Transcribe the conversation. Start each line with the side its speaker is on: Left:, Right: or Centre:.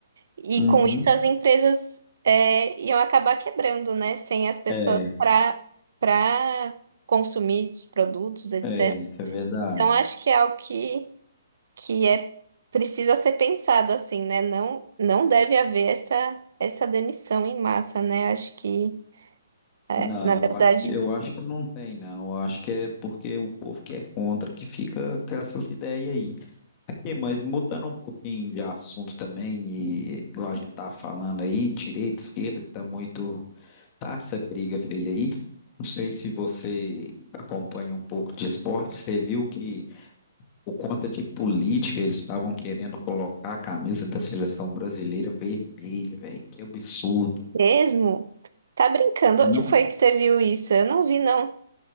Right: E
Left: uhum.
Right: com isso as empresas é, iam acabar quebrando, né? Sem as pessoas
Left: é.
Right: para para consumir os produtos, etc.
Left: É, isso é verdade.
Right: Então acho que é algo que, que é precisa ser pensado assim, né? Não, não deve haver essa, essa demissão em massa, né? Acho que, é,
Left: Não,
Right: na verdade,
Left: eu acho que, eu acho que não tem, não. Eu acho que é porque o povo que é contra que fica com essas ideias aí. Aqui, mas mudando um pouquinho de assunto também, e igual a gente tá falando aí, direita, esquerda, que tá muito. Tá essa briga feia aí. Não sei se você acompanha um pouco de esporte, você viu que por conta de política eles estavam querendo colocar a camisa da seleção brasileira vermelha, velho. Que absurdo.
Right: mesmo. Tá brincando?
Left: Você
Right: Onde
Left: não.
Right: foi que você viu isso? Eu não vi, não.